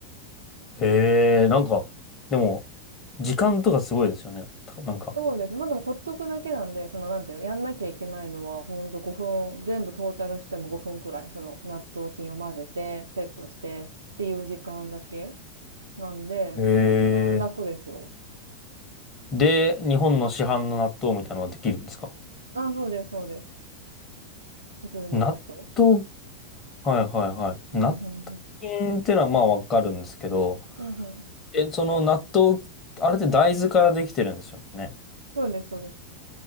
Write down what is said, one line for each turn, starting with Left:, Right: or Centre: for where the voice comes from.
Left: えー、なんか、でも、時間とかすごいですよね。たなんか。
Right: そうです。まあでもほっとくだけなんで、そのなんていうの、やんなきゃいけないのはほんと5分、全部トータルしても5分くらい、その納豆菌を混ぜて、セットしてっていう時間だけなんで、
Left: へえ。
Right: 全然楽ですよ。
Left: で、日本の市販の納豆みたいなのができるんですか
Right: あ、そうです、そうです。普通の納豆。
Left: 納豆、はいはいはい。
Right: うん、
Left: 納
Right: うん、うん。
Left: 豆ってのはまあわかるんですけど、
Right: うん、うん。
Left: え、その納豆、あれって大豆からできてるんですよね。
Right: そうです、そうです。